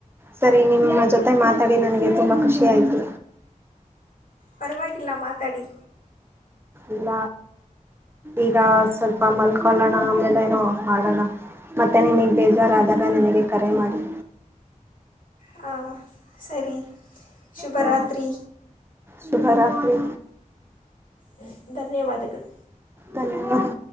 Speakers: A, on the right (about 15°); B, on the left (about 85°).
A: ಸರಿ ನಿಮ್ಮ ಜೊತೆಗ್ ಮಾತಾಡಿ ನನಗೆ ತುಂಬಾ ಖುಷಿ ಆಯ್ತು.
B: ಪರ್ವಾಗಿಲ್ಲ ಮಾತಾಡಿ.
A: ಇಲ್ಲ ಈಗ ಸ್ವಲ್ಪ ಮಲ್ಕೊಳ್ಳೋಣ ಆಮೇಲೆನೊ ಮಾಡಣ. ಮತ್ತೆ ನಿಮಗ್ ಬೇಜಾರಾದಾಗ ನನಗೆ ಕರೆ ಮಾಡಿ.
B: ಹಾ ಸರಿ ಶುಭರಾತ್ರಿ
A: ಹಾಂ ಶುಭರಾತ್ರಿ
B: ಹ್ಮ್ ಧನ್ಯವಾದಗಳ್
A: ಧನ್ಯವಾದ.